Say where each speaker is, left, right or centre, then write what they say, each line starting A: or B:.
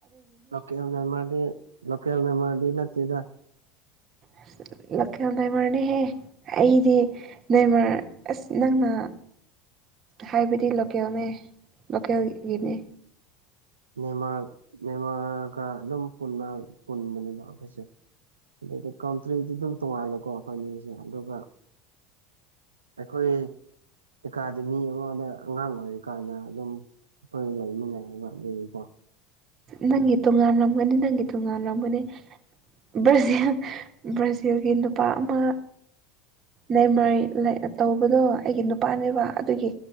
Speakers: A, on the right; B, on the right.
A: ꯂꯣꯀꯦꯜꯅ ꯅꯦꯝꯔꯗꯤ ꯂꯣꯀꯦꯜꯅ ꯗꯤ ꯅꯠꯇꯗ
B: ꯑꯁ ꯂꯣꯀꯦꯜ ꯅꯦꯃꯔ ꯅꯤꯍꯦ ꯑꯩꯗꯤ ꯅꯦꯃꯔ ꯑꯁ ꯅꯪꯅ ꯍꯥꯏꯕꯗꯤ ꯂꯣꯀꯦꯜꯅꯦ ꯂꯣꯀꯦꯜꯒꯤꯅꯦ꯫
A: ꯅꯃꯥꯔ ꯅꯦꯃꯥꯔꯒ ꯑꯗꯨꯝ ꯄꯨꯟꯕꯅꯤꯅ ꯑꯩꯈꯣꯏꯁꯦ꯫ ꯑꯗꯨꯩꯗꯤ ꯀꯥꯟꯇ꯭ꯔꯤꯗꯤ ꯑꯗꯨꯝ ꯇꯣꯡꯉꯥꯜꯂꯦꯀꯣ ꯑꯩꯈꯣꯏꯅꯁꯦ ꯑꯗꯨꯒ ꯑꯩꯈꯣꯏ ꯑꯦꯀꯥꯗꯃꯤ ꯑꯃꯗ ꯑꯉꯥꯡ ꯑꯣꯏꯔꯤꯀꯥꯟꯗ ꯑꯗꯨꯝ ꯑꯩꯈꯣꯏ ꯂꯩꯃꯤꯟꯅꯩꯌꯦꯕꯥ ꯑꯗꯨꯕꯨꯀꯣ
B: ꯅꯪꯒꯤ ꯇꯣꯉꯥꯜꯂꯝꯒꯅꯤ ꯅꯪꯒꯤ ꯇꯣꯉꯜꯂꯝꯒꯅꯤ꯫ ꯕ꯭ꯔꯥꯖꯤꯜ ꯕ꯭ꯔꯥꯖꯤꯜꯒꯤ ꯅꯨꯄꯥ ꯑꯃ ꯅꯦꯃꯔ ꯇꯧꯕꯗꯣ ꯑꯩꯒꯤ ꯅꯨꯄꯥꯅꯦꯕ ꯑꯗꯨꯒꯤ